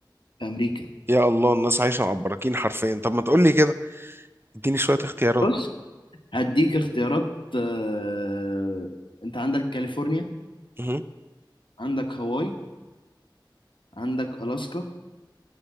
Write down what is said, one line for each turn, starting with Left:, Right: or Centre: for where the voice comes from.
Left: في امريكا
Right: يا الله الناس عايشة مع البراكين حرفيا طب ما تقول لي كده اديني شوية اختيارات
Left: بص هديك اختيارات آه، انت عندك كاليفورنيا
Right: مهم.
Left: عندك هاواي عندك الاسكا